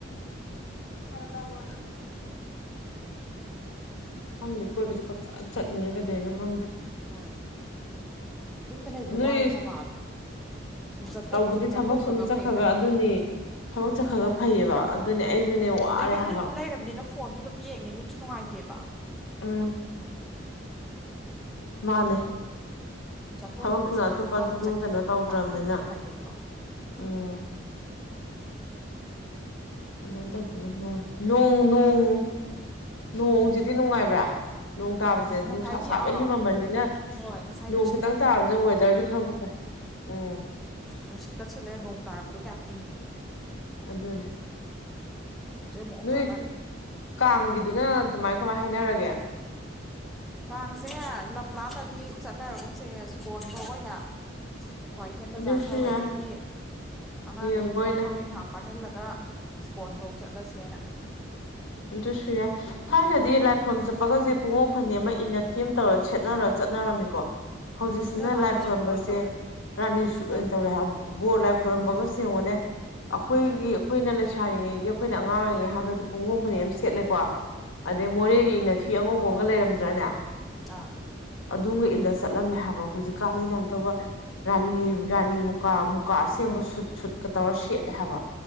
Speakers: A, on the left; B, in the centre.
A: ꯔ ꯂꯧꯧꯕꯅ <unintelligible> ꯈꯪꯗꯦ ꯀꯣꯏꯕꯕꯁꯦ ꯄꯪꯆꯠ ꯆꯠꯅꯤꯡꯉꯦ ꯀꯩꯗꯧꯏꯅꯣ ꯈꯪꯗꯦ
B: ꯍꯣꯏ ꯌꯨꯝꯗ ꯂꯩꯕꯁꯦ
A: ꯅꯣꯏ
B: ꯋꯥꯏ ꯍꯥꯏꯕ ꯁꯨꯝ
A: ꯇꯧꯕꯗꯤ
B: ꯆꯠꯊꯣꯛꯈ꯭ꯔꯒ
A: ꯊꯕꯛ ꯁꯨꯝ ꯆꯠꯈ꯭ꯔꯒ
B: ꯐꯩ ꯍꯥꯏꯕ
A: ꯑꯗꯨꯅꯤ ꯊꯕꯛ
B: ꯎꯝ
A: ꯆꯠꯈ꯭ꯔꯒ ꯐꯩꯌꯦꯕ ꯑꯗꯨꯅꯦ ꯑꯩꯁꯨꯅꯦ ꯋꯥꯔꯦ
B: ꯑꯗꯩ ꯌꯨꯝꯗ
A: ꯍꯥꯏꯕ
B: ꯁꯨꯝ ꯂꯩꯔꯕꯅꯤꯅ ꯐꯣꯟꯁꯨ ꯑꯗꯨꯝ ꯌꯦꯡꯉꯦ ꯃꯤꯠꯁꯨ ꯅꯨꯡꯉꯥꯏꯇꯦꯕ
A: ꯎꯝ ꯃꯥꯅꯦ
B: ꯁꯨꯝ ꯆꯠꯊꯣꯛꯈꯤꯕꯁꯤꯅ
A: ꯊꯕꯛꯇꯨꯅ ꯑꯇꯣꯞꯄ
B: ꯊꯕꯛ
A: ꯑꯗꯨꯗꯨ
B: ꯑꯃ ꯆꯠꯈꯤꯕꯁꯤꯅ
A: ꯀꯩꯅꯣ ꯇꯧꯗ꯭ꯔꯕꯅꯤꯅ
B: ꯋꯥ ꯎꯝ, ꯐꯩꯌꯦꯕ
A: ꯎꯝ ꯑꯗꯨꯃꯥꯏꯅ ꯇꯧꯗꯅ ꯅꯣꯡ ꯅꯣꯡ ꯅꯣꯡꯁꯤꯗꯤ ꯅꯨꯡꯉꯥꯏꯕ꯭ꯔꯥ ꯅꯣꯡ ꯇꯥꯕꯁꯦ
B: ꯑꯁ ꯉꯁꯥꯏꯒꯤ
A: ꯅꯨꯡꯁꯥ ꯁꯥꯕ
B: ꯑꯥ
A: ꯍꯦꯟꯃꯟꯕꯅꯤꯅ
B: ꯍꯣꯏ ꯉꯁꯥꯏ
A: ꯅꯣꯡ ꯈꯤꯇꯪ ꯇꯥꯕꯁꯦ ꯋꯦꯗꯔꯁꯦ ꯈꯔꯕꯨ ꯐꯩ ꯎꯝ
B: ꯅꯨꯡꯁꯤꯠꯀꯠꯁꯤꯜꯂꯦ ꯅꯣꯡ ꯇꯥꯔꯛꯄꯗꯣ ꯀꯌꯥꯝ ꯏꯪꯉꯤ
A: ꯑꯗꯨꯅꯦ
B: ꯑꯃꯨꯛ ꯑꯣꯝ
A: ꯅꯣꯏ
B: ꯆꯥꯛꯅꯔꯦ
A: ꯀꯥꯡꯒꯤꯗꯨꯅ ꯀꯃꯥꯏ ꯀꯃꯥꯏ ꯍꯥꯏꯅꯔꯒꯦ
B: ꯀꯥꯡꯁꯦ ꯂꯝ ꯂꯥꯞꯅꯗꯤ ꯆꯠꯅꯔꯒꯨꯝꯁꯦ ꯁꯀꯣꯟꯕꯧ ꯑꯣꯏꯅ ꯀ꯭ꯋꯥꯏꯊꯦꯟ ꯕꯖꯔ
A: ꯑꯗꯨꯁꯨ
B: ꯁꯋꯥꯏꯋꯥꯏꯗꯒꯤ
A: ꯌꯥꯏ
B: ꯑꯉꯥꯡꯈꯩꯗꯣ
A: ꯌꯦꯡꯕ ꯑꯣꯏꯅ
B: ꯊꯧꯔꯤ ꯉꯥꯛ ꯄꯥꯏꯍꯜꯂꯒ ꯁꯀꯣꯟꯐꯧ ꯆꯠꯂꯁꯦꯅ
A: ꯑꯗꯨꯁꯨꯌꯥꯏ ꯊꯥꯏꯅꯗꯤ ꯂꯥꯏꯈꯨꯔꯨꯝ ꯆꯠꯄꯒꯁꯦ ꯄꯨꯡꯉꯧ ꯐꯅꯦꯛ ꯑꯃ ꯏꯟꯅ ꯐꯤꯝ ꯇꯧꯔ ꯁꯦꯠꯅꯔ ꯆꯠꯅꯔꯝꯃꯤꯀꯣ ꯍꯧꯖꯤꯛꯁꯤꯅ
B: ꯎꯝ ꯍꯧꯖꯤꯛꯅ ꯔꯥꯅꯤ
A: ꯂꯥꯏ ꯈꯣꯏꯔꯝꯕꯁꯦ
B: ꯁꯨꯠ ꯑꯣꯏꯅ ꯇꯧꯔꯦ
A: ꯔꯥꯅꯤ ꯁꯨꯠ ꯑꯣꯏꯅ
B: ꯔꯥꯅꯤ
A: ꯇꯧꯔꯦ ꯍꯥꯏ ꯕꯣꯔ ꯂꯥꯏ ꯈꯣꯏꯔꯝꯕꯒꯁꯦ
B: ꯎꯝ
A: ꯌꯦꯉꯨꯅꯦ ꯑꯈꯣꯏꯒꯤ
B: ꯍꯣꯏ
A: ꯑꯩꯈꯣꯏꯅ ꯂꯩꯁꯥꯔꯤꯉꯩꯒꯤ ꯑꯩꯈꯣꯏꯅ ꯑꯉꯥꯡ ꯑꯣꯏꯔꯤꯉꯩ ꯍꯥꯛꯇꯛꯇ ꯄꯨꯡꯉꯧꯐꯅꯦꯛ ꯑꯃ ꯁꯦꯠꯂꯦꯀꯣ
B: ꯎꯝ
A: ꯑꯗꯩ ꯃꯣꯔꯦꯒꯤ ꯏꯅꯐ ꯐꯤ ꯑꯉꯧꯕ ꯑꯃꯒ ꯂꯩꯔꯝꯗ꯭ꯔꯅꯦ
B: ꯑꯥ
A: ꯑꯗꯨꯒ ꯏꯜꯂ ꯆꯠꯂꯝꯃꯦ ꯍꯥꯏꯕ ꯍꯧꯖꯤꯛꯀꯥꯟꯁꯤꯅ ꯑꯝꯇꯣꯏꯕ ꯔꯥꯅꯤ ꯔꯥꯅꯤ ꯃꯨꯀꯥ ꯃꯨꯀꯥ ꯑꯁꯦꯡꯕ ꯁꯨꯠ ꯁꯨꯠ ꯀ ꯇꯧꯔ ꯁꯦꯠꯂꯦ ꯍꯥꯏꯕ